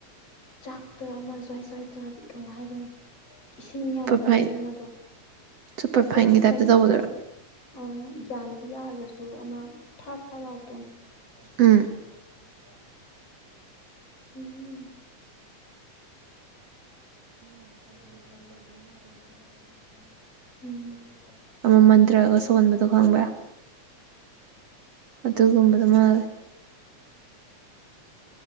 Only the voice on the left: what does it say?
ꯆꯥꯛꯇ ꯑꯃ ꯁ꯭ꯋꯥꯏ ꯁ꯭ꯋꯥꯏ ꯇꯥꯕꯤ ꯀꯃꯥꯏ ꯍꯥꯏꯗꯣꯏꯅꯣ꯫ ꯏꯁꯤꯡ
ꯌꯥꯝꯗꯕꯒꯤ
ꯑꯃꯗꯣ꯫
ꯅꯠꯇꯦ
ꯀꯩꯅꯣꯁꯨ
ꯌꯥꯏ ꯑꯥ ꯌꯥꯟꯗꯤ ꯌꯥꯜꯂꯁꯨ꯫ ꯑꯣ ꯑꯃ ꯐꯔꯥ ꯐꯔꯥ ꯂꯥꯎꯕꯗꯣ꯫ <unintelligible> ꯅꯔꯁꯤ꯫
ꯎꯝ꯫ ꯅꯣꯏ ꯅꯥꯎꯄꯥꯁꯦ ꯂꯥꯏ ꯈꯣꯏꯔꯝꯕ ꯃꯥꯜꯂꯦ꯫ ꯎꯝ꯫